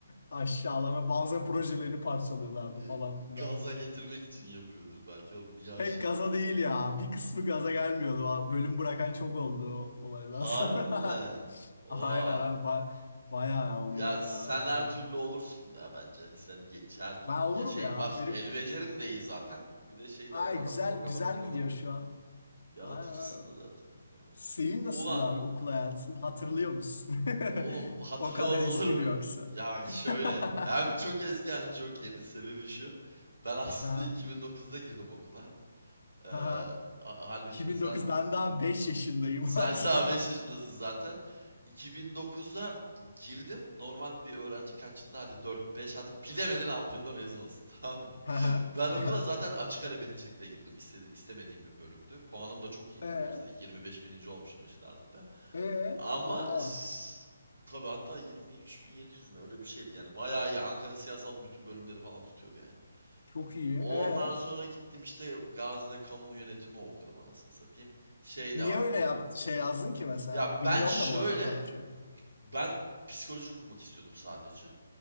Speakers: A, on the left (about 65°); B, on the right (about 85°).
A: aşağılama. Bazen projelerini parçalıyorlardı
B: E,
A: falan filan.
B: Gaza getirmek için yapıyordur belki oğlum. Niye aşağılasın?
A: Pek gaza değil ya. Bir kısmı gaza gelmiyordu. Bölüm bırakan çok oldu o olaydan
B: Harbi
A: sonra.
B: mi?
A: <laughs>
B: Oha.
A: Aynen abi. Ba bayağı oluyordu
B: Ya sen
A: ya valla.
B: her türlü olursun da bence. Sen ye- her konu
A: Ben olurum
B: ya şeyin
A: ya.
B: var.
A: Benim
B: El becerin de iyi zaten. Bir de şey
A: ay
B: de var. Zaten
A: güzel
B: programlar
A: güzel
B: programlar
A: gidiyor
B: var.
A: şu an.
B: Yaratıcısın
A: Ay,
B: da zaten.
A: Senin
B: Ulan
A: nasıl abi okul hayatı? Hatırlıyor musun? <laughs>
B: Oğlum hatırlamaz
A: O kadar eski
B: olur muyum?
A: mi yoksa?
B: Ya
A: <laughs>
B: şöyle hem çok eski hem çok yeni sebebi şu. Ben aslında
A: Aha,
B: 2009'da girdim okula. Ee, ha-
A: aha.
B: halbuki
A: 2009
B: mesela
A: ben daha 5 yaşındayım.
B: sen
A: <laughs>
B: daha
A: Haha,
B: 5 yaşındasın zaten. 2009'da girdim. Normal bir öğrenci kaç yılda? Hadi dört beş, hadi bilemedin 6 yılda mezun olsun <laughs> tamam mı?
A: Aha.
B: Ben okula
A: aha.
B: zaten açık ara birincilikle girdim. İstedi, istemediğim bir bölümdü. Puanım da çok iyiydi
A: E,
B: üniversitede. 25 bininci olmuştum eşit ağırlıkta.
A: e,
B: Ama
A: oha.
B: s- tabii hatta 23.700 mü öyle bir şeydi yani. Bayağı iyi. Ankara Siyasal'ın bütün bölümleri falan tutuyordu yani.
A: Çok iyi.
B: Ondan
A: E,
B: sonra gittim işte Gazi'de kamu yönetimi okudum anasını satayım. Şey
A: niye
B: de var
A: öyle
B: tabii.
A: yap şey yazdın ki mesela?
B: Ya
A: Bilmiyorum
B: ben şöyle
A: da bu arada kamuçayı.
B: ben psikoloji okumak istiyordum sadece.